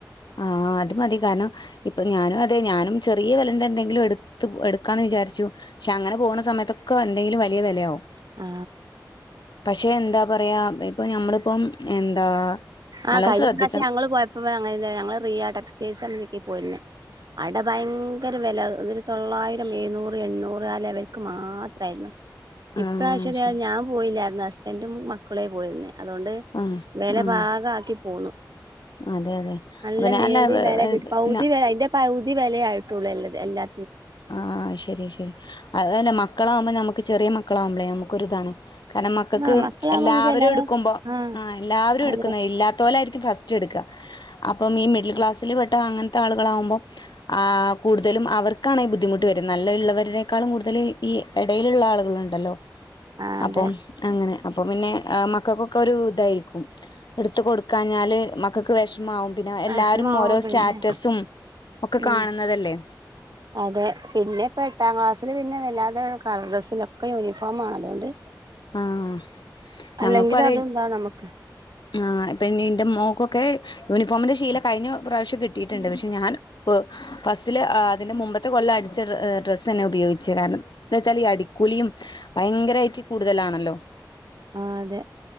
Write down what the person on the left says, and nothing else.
ആ ആ അത് മതി. കാരണം ഇപ്പൊ ഞാനും അതെ ഞാനും ചെറിയ വെലെൻ്റെ എന്തെങ്കിലും എടുത്ത് പോ എടുക്കാന്ന് വിചാരിച്ചു. ക്ഷെ അങ്ങനെ പോണ സമയത്തൊക്കെ എന്തെങ്കിലും വലിയ വെലയാകും
പക്ഷെ എന്താ പറയാ ഇപ്പൊ ഞമ്മളിപ്പം എന്താ
നല്ലോ
ശ്രദ്ധിക്കണം
ആഹ്
ശരി
ആഹ്
ആഹ്
അതെ അതെ
അപ്പൊ ഞാൻ
അല്ല
ആ ആ ശരി ശരി അത് തന്നെ മ ക്കളാവുമ്പോ നമ്മക്ക് ചെറിയ മക്കളാവ്മ്പളേ നമ്മുക്കൊരുതാണ് കാരണം മക്കൾക്ക്
എല്ലാവരും
എടുക്കുമ്പോ
ആ എല്ലാവരും
എടുക്കുന്നേ ഇല്ലാതോലായിരി ക്കും ഫസ്റ്റ് എടുക്കാ അപ്പം ഈ മിഡിൽ ക്ലാസ് <unintelligible> ത്ത അങ്ങനത്തെ ആളുകളാവുമ്പോ ആ കൂടുതലും അവർ ക്കണേ ബദ്ധിമുട്ട് വര് നല്ല ഇള്ളവരേക്കാള്ളും കൂടു തല് ഈ എടയിലുള്ള ആളുകളാണ് ണ്ടല്ലോ
അപ്പം
അങ്ങനെ അപ്പൊ പിന്നെ ആ മക്കക്കൊക്കെ ഒരു ഇതായിരിക്കും എടുത്തു കൊടു ക്കാഞ്ഞാല് മക്കക്ക് വെഷ്മാവും പിന്നെ എല്ലാരും
ഓരോ സ്റ്റാറ്റസും
ഒക്കെ കാണുന്നതല്ലേ
ആഹ് ഞങ്ങക്കു
അതേ
ആ പിന്നെ ന്റെ മോക്കൊക്കെ യൂണിഫോമിൻ്റെ ശീല കഴിഞ്ഞ പ്രാവശ്യം കിട്ടിട്ട്ണ്ട് പക്ഷെ ഞാൻ പ്പ് ഫസ്റ്റില് അ അതിന്റെ മുമ്പത്തെ കൊല്ലം അടിച്ച ഡ്ര ഏഹ് ഡ്രസ്സന്നെ ഉപയോഗിച്ച് കാരണം ന്താ വെച്ചാൽ ഈ അടിക്കൂലിയും ഭയങ്കരായിട്ട് കൂടുതലാണല്ലോ